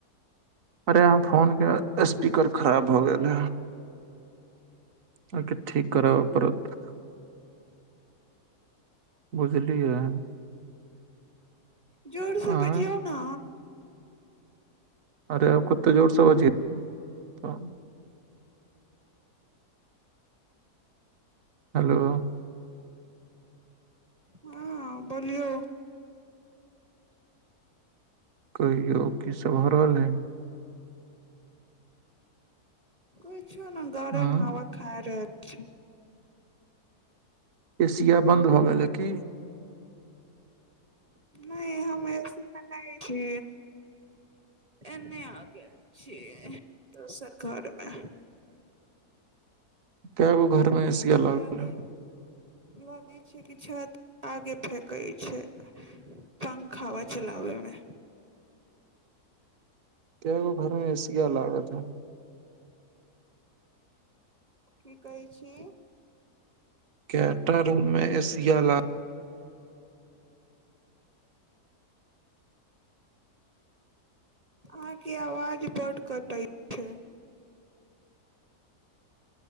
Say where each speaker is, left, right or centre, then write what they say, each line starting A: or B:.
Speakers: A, on the right; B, on the right.
A: अरे अहाँ फोनके स्पीकर खराब भऽ गेल हे अहाँके ठीक कराबय पड़त बुझलियै
B: जोर से
A: आँय
B: बजियौ ने
A: अरे आब कते जोरसँ बजियै तऽ हेलो
B: हँ बोलियौ
A: कहियो की सभ भऽ रहलै हन
B: कु छो ने गरम
A: उंम्म
B: हवा खा रहल ठीक
A: एशिया बन्द भऽ गेलै कि
B: नहि हम ए सी मे नहि छी एने आ गेल छियै तऽ सरकारमे
A: कै गो घरमे ए ए सी अलाउड
B: लगै
A: कऽ लिअ
B: लगै छै कि छत आग फेेकै छै पंखा हावा चलाबे मे
A: कै गो घरमे ए सी या लागल हन
B: की कहै छी
A: कै टा रूममे एसियाला
B: आहाँके आवाज बड कटै छै